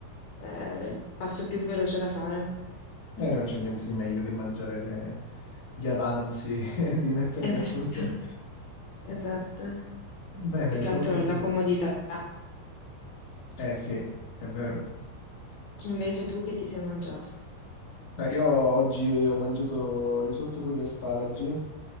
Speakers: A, on the left; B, on the left.
A: Eh, il passo più veloce da fare.
B: eh, non c'è niente di meglio che mangiare gli avanzi <laughs> e di metterli
A: Esatto,
B: a frutto. <laughs>
A: esatto.
B: Bene,
A: Più che
B: sono
A: altro
B: contento.
A: la comodità.
B: Eh sì, è vero.
A: Invece tu che ti sei mangiato?
B: No, io oggi ho mangiato risotto con gli asparagi